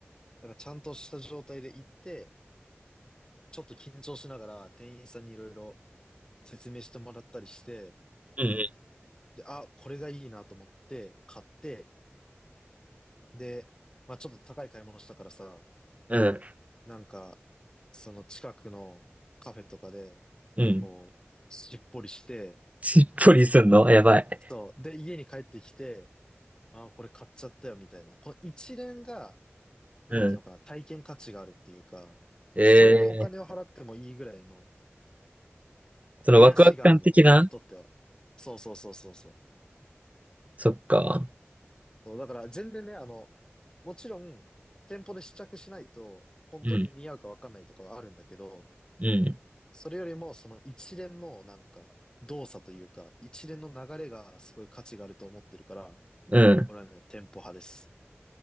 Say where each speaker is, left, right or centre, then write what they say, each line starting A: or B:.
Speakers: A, on the left; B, on the right.
A: だからちゃんとした状態で行って、ちょっと緊張しながら店員さんにいろいろ説明してもらったりして、
B: うん
A: で、あ、これがいいなと思って買って、で、まあちょっと高い買い物したからさ、
B: うん、
A: なんか、その近くのカフェとかで、
B: うん、うん。
A: こう、しっぽりして、
B: しっぽりすんのやばい。
A: そう。で、家に帰ってきて、あ、これ買っちゃったよみたいな。この一連が、なんていうのかな、
B: うん。
A: 体験価値があるっていうか、
B: ええ
A: それにお金を払ってもいいぐらいの
B: そのワクワク感的な
A: 癒しがあるのよ、俺にとっては。そうそうそうそうそう。
B: そっか。
A: そうだから全然ね、あの、もちろん、店舗で試着しないと、本当に似合うかわかんないとかはあるんだけど、
B: うん、うん、
A: それよりも、その一連のなんか、動作というか、一連の流れがすごい価値があると思ってるから、
B: うん。
A: 俺はね、店舗派です。